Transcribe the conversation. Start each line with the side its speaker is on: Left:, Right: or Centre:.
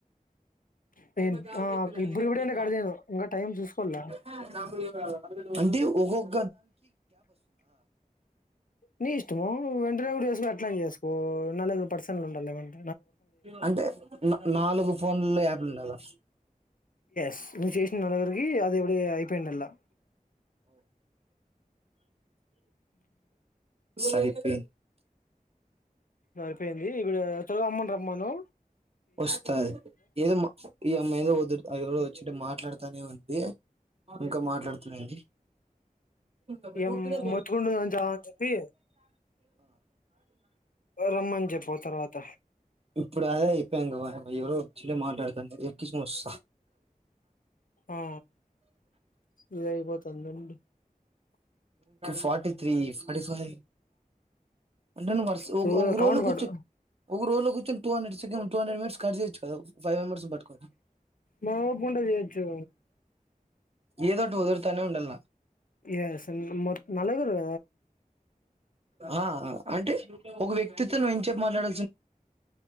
Left: <inaudible>
Right: అది మ ఎ
Left: ఆ ఇప్పుడు ఇప్పుడే అంటే
Right: క
Left: కట్ చేయను ఇంకా టైం చూసుకోవాల
Right: అ అంట ఒక్కక్క
Left: నీ ఇష్టము వెంటనే కూడా చేసుకో అట్లాని చేసుకో ఎ పర్సనల్ ఉండ అా మేడి
Right: అంటే నాలుగు ఫోన్లో యాప్లు ఉన్నా కదా
Left: స్ ను చేషిన నలగరకి అది ఎవడ అయిపోయిండల
Right: సైపి
Left: సారిపోయింది ఇప్పుడు చరవు అమ్మండమ్మాను
Right: వస్తాది ఏదో ఈమె ఏదో వదు ఎవడో వచ్చి మాట్లాడుతానే ఉంది ఇంకా మాట్లాడుతునేంది అదిగ
Left: ఏం మొత్తుకుంటుందని చెప్పి రమ్మని చెప్ప తర్వాత
Right: ఇప్పుడు అదే అయిపోయి ఎవరో వచ్చలే మాట్లాడుతం ఎకిస వస్తా
Left: ఆ ఇ ఇపోతు అంతెం
Right: ఫటీ త్రి ఫటీ ఫైవ్ వ
Left: చూ కౌంట్
Right: రజు
Left: పడు
Right: కూచు ఒక రజు కూర్చొనే టూ త్వోహండ్రెడ్సెకండ్ టూ హండ్రెడ్ మిట్స్ కట్ చే తెచ్చుకో ఫైవ్ మెంబర్స్ పట్టుకోని
Left: మా ఓపుకుంటే చేయొచ్చు
Right: ఏదోట వదురుతన్న ఉండల్
Left: ఎస్ మొ నలగురుద
Right: ఆ అంటే ఒక వ్యక్తితో నువ్వు ఏం చెప్పి మాట్లాడ